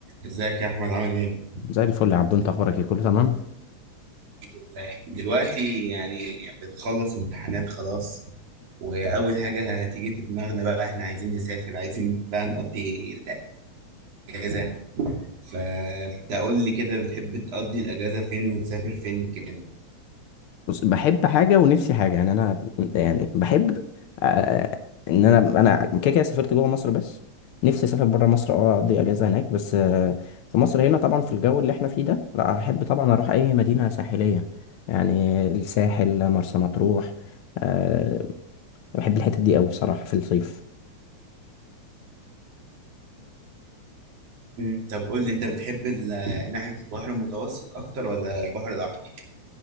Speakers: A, on the right; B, on the left.
A: ازيك يا احمد عامل ايه
B: زي الفل يا عبدو انت اخبارك ايه كله تمام
A: الحمد لله دلوقتي يعني بنخلص امتحانات خلاص واول حاجه هتيجي في دماغنا بقى احنا عايزين نسافر عايزين بقى نقضي الاجازه فانت قول لي كده بتحب تقضي الاجازه فين وتسافر فين كده
B: بص بحب حاجه ونفسي حاجه يعني انا يعني بحب آه ان انا انا كده كده سافرت جوه مصر بس نفسي اسافر بره مصر اه اقضي اجازه هناك بس آه في مصر هنا طبعا في الجو اللي احنا فيه ده لا احب طبعا اروح اي مدينه ساحليه يعني الساحل مرسى مطروح آه بحب الحتت دي قوي بصراحه في الصيف
A: مم، طب قول لي انت بتحب ال- ناحيه البحر المتوسط اكتر ولا البحر الاحمر